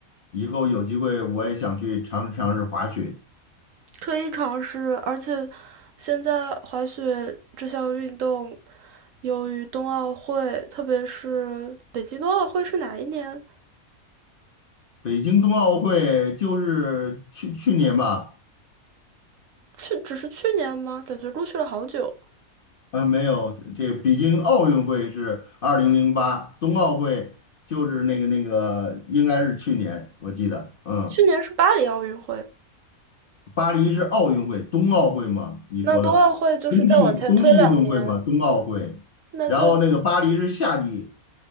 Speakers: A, on the left; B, on the right.
A: 以后有机会我也想去尝试尝试滑雪。
B: 可以尝试，而且现在滑雪这项运动，由于冬奥会，特别是北京冬奥会是哪一年？
A: 北京冬奥会就是去去年吧，
B: 去，只是去年吗？感觉过去了好久。
A: 啊、没有，这北京奥运会是二零零八，冬奥会就是那个那个应该是去年，我记得，嗯。
B: 去年是巴黎奥运会，
A: 巴黎是奥运会，冬奥会嘛？你说的冬季冬季运动会嘛，
B: 那冬奥会就是再往前推两年，
A: 冬奥会。
B: 那就
A: 然后那个巴黎是夏季